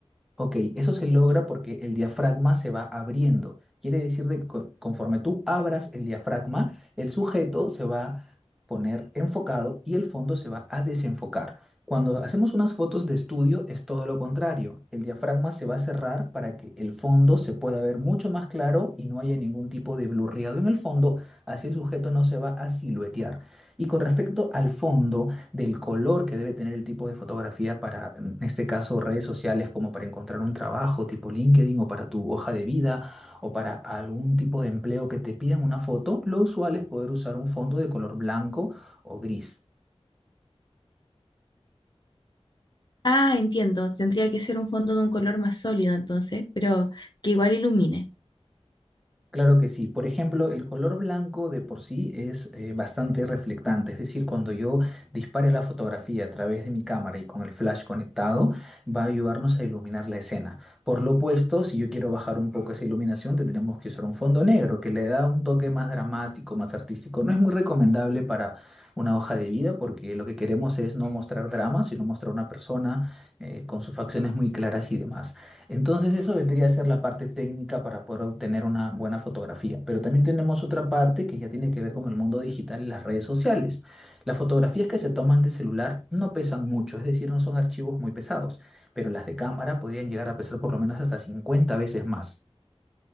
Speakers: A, in the centre; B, on the left (about 45°).
A: Ok, eso se logra porque el diafragma se va abriendo. Quiere decir de que co- conforme tú abras el diafragma, el sujeto se va a poner enfocado y el fondo se va a desenfocar. Cuando hacemos unas fotos de estudio es todo lo contrario. El diafragma se va a cerrar para que el fondo se pueda ver mucho más claro y no haya ningún tipo de blurreado en el fondo, así el sujeto no se va a siluetear. Y con respecto al fondo del color que debe tener el tipo de fotografía para, en este caso, redes sociales, como para encontrar un trabajo tipo LinkedIn o para tu hoja de vida o para algún tipo de empleo que te pidan una foto, lo usual es poder usar un fondo de color blanco o gris.
B: Ah, entiendo. Tendría que ser un fondo de un color más sólido entonces, pero que igual ilumine.
A: Claro que sí. Por ejemplo, el color blanco de por sí es eh, bastante reflectante, es decir, cuando yo dispare la fotografía a través de mi cámara y con el flash conectado, va a ayudarnos a iluminar la escena. Por lo opuesto, si yo quiero bajar un poco esa iluminación, tendremos que usar un fondo negro que le da un toque más dramático, más artístico. No es muy recomendable para una hoja de vida porque lo que queremos es no mostrar drama, sino mostrar una persona eh, con sus facciones muy claras y demás. Entonces eso vendría a ser la parte técnica para poder obtener una buena fotografía. Pero también tenemos otra parte que ya tiene que ver con el mundo digital y las redes sociales. Las fotografías que se toman de celular no pesan mucho, es decir, no son archivos muy pesados, pero las de cámara podrían llegar a pesar por lo menos hasta 50 veces más.